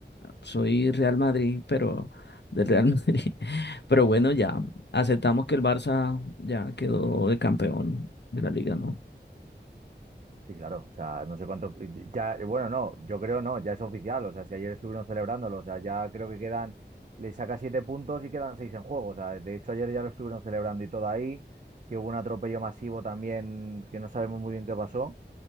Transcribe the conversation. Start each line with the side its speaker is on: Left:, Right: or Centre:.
Left: soy Real Madrid, pero del Real Madrid. <laughs> Pero bueno, ya aceptamos que el Barça ya quedó de campeón de la liga, ¿no?
Right: Sí, claro, o sea, no sé cuánto, ya, bueno, no, yo creo no, ya es oficial, o sea, si ayer estuvieron celebrándolo, o sea, ya creo que quedan, le saca siete puntos y quedan seis en juego, o sea, de hecho ayer ya lo estuvieron celebrando y todo ahí, que hubo un atropello masivo también que no sabemos muy bien qué pasó